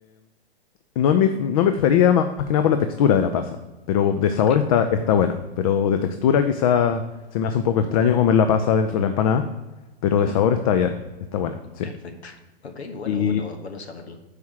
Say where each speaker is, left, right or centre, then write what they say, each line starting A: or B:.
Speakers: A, on the left (about 35°); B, on the left (about 85°).
A: No es mi, no es mi preferida más, más que nada por la textura de la pasa, pero de sabor
B: Ok.
A: está, está buena. Pero de textura quizá se me hace un poco extraño comer la pasa dentro de la empanada, pero
B: Ujú.
A: de sabor está bien, está buena, sí.
B: Perfecto. Ok, bueno,
A: Y,
B: bueno, bueno saberlo.